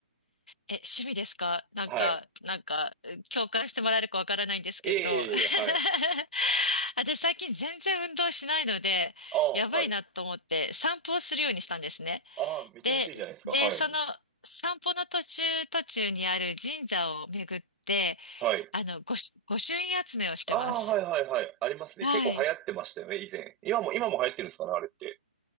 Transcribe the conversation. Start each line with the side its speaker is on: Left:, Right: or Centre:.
Left: え、趣味ですかなんか、
Right: はい。
Left: なんか、共感してもらえるかわからないんですけど。
Right: いえいえいえ、
Left: <laughs>
Right: はい。
Left: 私最近全然運動しないので、
Right: ああ、
Left: やばいなと思って散歩をするようにしたんですね。
Right: はい。ああ、めちゃめちゃいいじゃないですか。
Left: で、で、
Right: はい。
Left: その散歩の途中途中にある神社を巡って、
Right: はい。
Left: あの、御朱御朱印集めをしてます。
Right: ああ、はいはいはい。ありますね。
Left: はい。
Right: 結構流行ってましたよね、以前。今も、今も流行ってるんですかね、あれって。